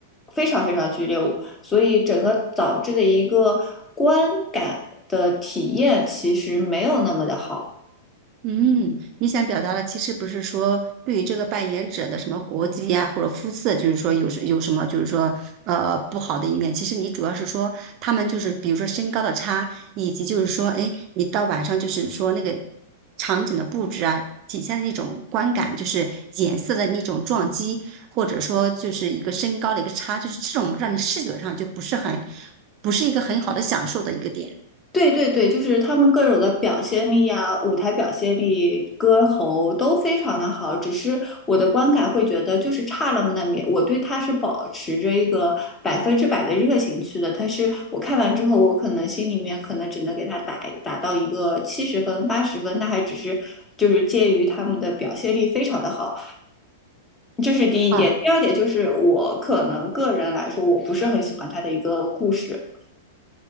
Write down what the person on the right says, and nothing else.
嗯，你想表达的其实不是说对于这个扮演者的什么国籍呀、或者肤色，就是说有什有什么就是说呃不好的一面。其实你主要是说他们就是比如说身高的差，以及就是说哎，你到晚上就是说那个场景的布置啊，体现的那种观感，就是颜色的那种撞击，或者说就是一个身高的一个差，就是这种让你视觉上就不是很不是一个很好的享受的一个点
啊。